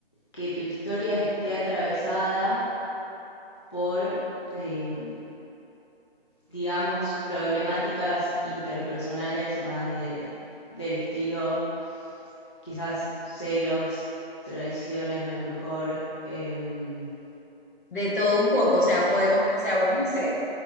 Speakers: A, on the left; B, on the left.
A: que tu historia esté atravesada por, em, digamos, problemáticas interpersonales más de, del estilo, quizás celos, traiciones a lo mejor. em,
B: De todo un poco, o sea, podemos, o sea, vamos a hacer